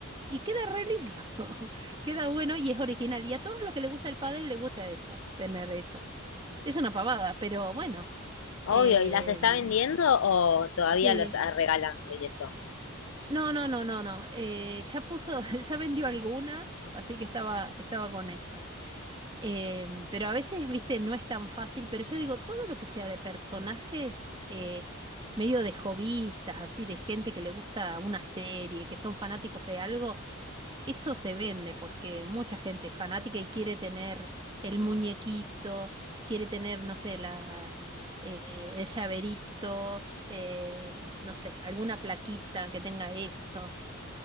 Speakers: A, on the right; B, on the left.
A: Y queda re lindo, <laughs> queda bueno y es original. Y a todos los que les gusta el pádel le gusta eso, tener eso. Es una pavada, pero bueno.
B: obvio.
A: em,
B: ¿Y las está vendiendo o todavía
A: sí.
B: los está regalando y eso?
A: No, no, no, no, no. eh, ya puso, <laughs> ya vendió algunas, así que estaba, estaba con eso. Em, pero a veces, viste, no es tan fácil, pero yo digo, todo lo que sea de personajes, eh, medio de hobbyistas, así, de gente que le gusta una serie, que son fanáticos de algo, eso se vende porque mucha gente es fanática y quiere tener el muñequito, quiere tener, no sé, la, eh, el llaverito, eh, no sé, alguna plaquita que tenga eso.